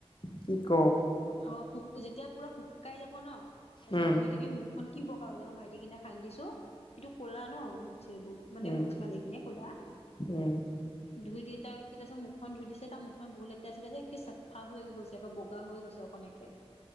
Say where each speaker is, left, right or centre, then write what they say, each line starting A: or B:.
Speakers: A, on the left; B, on the left.
A: কি ক
B: অ শু যেতিয়া পুৰা শুকাই যাব ন তাৰপিছত
A: উম
B: ধুই দিবি মু খন কি বগা হৈ হৈছোয় মই ভাইটি সেইদিনা হানিছো সিটো ক'লা ন মুঠছে বহুত। মানে
A: উম
B: মুঠ চে ভালিখিনিয়ে ক'লা
A: উম
B: দুই দুটাক, সি তাৰিছত মুখন ধুই দিছে তাৰ মুখন বহুত লতেৰাছিল যে একে চাফা হৈ গৈছে একৌ বগা হৈ গৈছে অকণ একে,